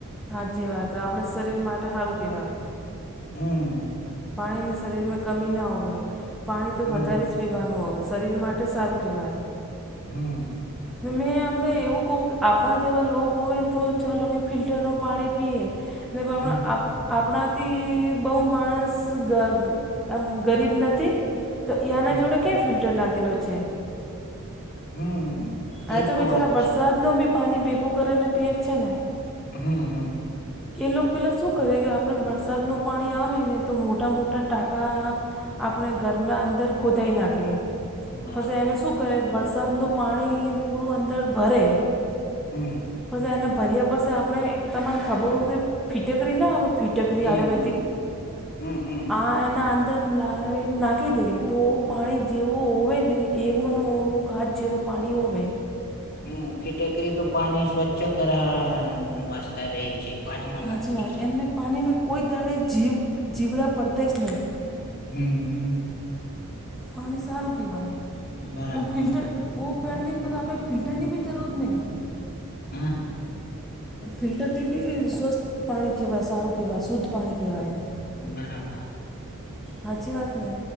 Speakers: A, in the centre; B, on the left.
A: હાચી વાત આપણે શરીર માટે હારું કેહેવાય
B: હમ.
A: પાણીની શરીરમાં કમી ના હો પાણી તો
B: હમ
A: વધારે જ પીવાનું હોવે શરીર માટે સારું કહેવાય
B: હમ.
A: ને મેં આપને એવું કહું કે આપણા જેવા લોગ હોય ને તો ચાલો કે ફિલ્ટરનું પાણી પીએ ને <unintelligible>
B: હમ
A: આ આપણા થી બોવ માણસ ગ એમ ગરીબ નથી તો એના
B: હમ
A: જોડે કે ફિલટર લાગેલો છે.
B: હમ. તે
A: આ તો બિચારા
B: વાત
A: વરસાદ
B: છે
A: નુ બી પાની ભેગું કરી ને પીયે જ છે, ને
B: હમ હમ.
A: એ લોક પેલાં શું કરે કે આપણે વરસાદનું પાણી આવે ને તો મોટા મોટા ટાંકા આપણે ઘરના અંદર ખોદાઈ નાખે
B: બરાબર
A: પછી એમે શું કરે વરસાદનું પાણી પૂરું અંદર ભરે
B: હમ.
A: પછી એને ભર્યા પછી આપણે તમામ ખબર હોય ફીટે કરી ના હવે ફી ટકરી
B: હમ
A: આયુર્વેદિક
B: હમ હમ હમ
A: આ એના અંદર લાવીને નાખી દે તો પાણી જેવું હોવે ને એવુંનો કાચ જેવો પાણી ઓવે
B: હમ ફિટેકરી તો પાણી સ્વચ્છ કર વાસતા રે છે. પાણીમાં
A: હાજી
B: લાગે
A: વાત એમને પાણી મે કોઈ દાડે જીવ જીવડા પડતા જ નહીં
B: હમ હમ.
A: પાણી સારું કહેવાય
B: બરાબર
A: ઓ ફિલટર ઓ પહેણની આપણે ફલ્ટરની જરૂર નય
B: હા.
A: ફિલ્ટરથી બી સ્વસ્થ પાણી કહેવાય સારું કહેવાય શુદ્ધ પાણી કહેવાય
B: બરાબર.
A: હાચી વાત ને